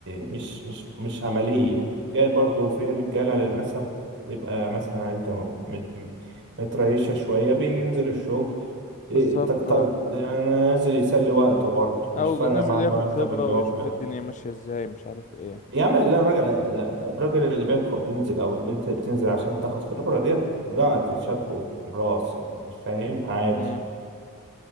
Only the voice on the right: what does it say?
مش مش مش عملية جاي برضو في رجالة للأسف بيبقى مثلا عيلته مت- متريشة شوية بينزل الشغل
إيه، طق طق
يعني نازل يسلي وقته برضه مش
فارقة
مع المرتب
اللي هو
يا عم لا الراجل لا لا، الراجل اللي بياخد بينزل او البنت اللي بتنزل عشان تاخد خبره ديت ده تتشاف فوق الراس يعني فاهم عادي